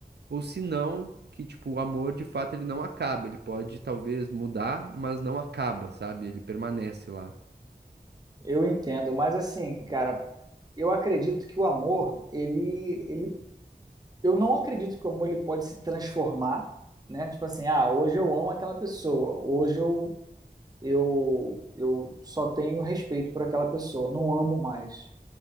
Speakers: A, on the right (about 85°); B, on the right (about 25°).
A: ou se não, que tipo, o amor de fato ele não acaba, ele pode talvez mudar, mas não acaba, sabe? Ele permanece lá.
B: Eu entendo, mas assim, cara, eu acredito que o amor, ele, ele, eu não acredito que o amor ele pode se transformar, né? Tipo assim, ah, hoje eu amo aquela pessoa, hoje eu, eu, eu só tenho respeito por aquela pessoa, não amo mais.